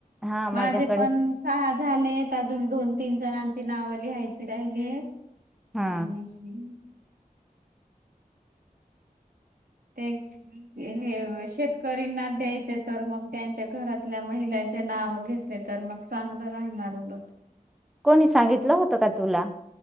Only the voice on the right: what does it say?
माझे पण सहा झाले अजून दोन तीन जणांची नावं लिहायची राहिली आणि
ह. ते हे शेतकरीना द्यायचे तर मग त्यांच्या घरातल्या महिलांचे नाव घेत. तर मग चांगलं राहणार उलट.